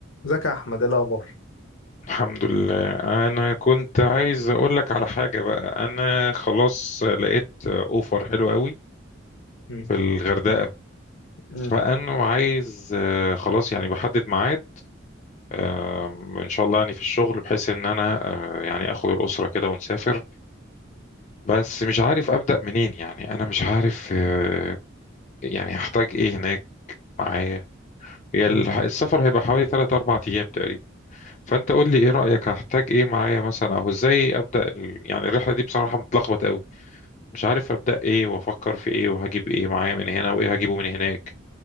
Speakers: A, on the left; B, on the left.
A: ازيك يا احمد ايه الاخبار
B: الحمد لله انا كنت عايز اقول لك على حاجه بقى انا خلاص لقيت اوفر حلو قوي
A: مم.
B: في الغردقه
A: مم.
B: فانا عايز آه، خلاص يعني بحدد ميعاد آه، ان شاء الله يعني في الشغل بحيث ان انا آه، يعني اخد الاسره كده ونسافر بس مش عارف ابدا منين يعني انا مش عارف آه، يعني هحتاج ايه هناك معايا هي
A: مم.
B: ال- السفر هيبقى حوالي 3 4 ايام تقريبا فانت قول لي ايه رايك هحتاج ايه معايا مثلا او ازاي ابدا ال- يعني الرحله دي بصراحه متلخبط قوي مش عارف أبدأ إيه وأفكر في إيه وهجيب إيه معايا من هنا وإيه هجيبه من هناك